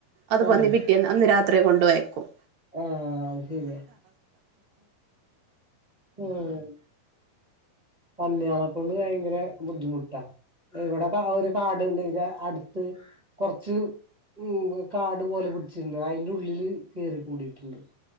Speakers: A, on the right; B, on the right.
A: അത്
B: ആഹ്
A: പന്നി പിറ്റി അന്ന് രാത്രി കൊണ്ട്പോയേക്കും
B: ആഹ് അത് ശരിയാ ഉം പന്നിയാളെ കൊണ്ട് ഭയങ്കര ബുദ്ധിമുട്ടാ ഇവിടെക്കെ ആ ഒരു കാടുണ്ട് ഇത അടുത്ത് കൊറച്ച് ഉം കാട് പോലെ പിടിച്ചിരുന്നു അതിൻ്റെ ഉള്ളില് കേറി കൂടിട്ടുണ്ട്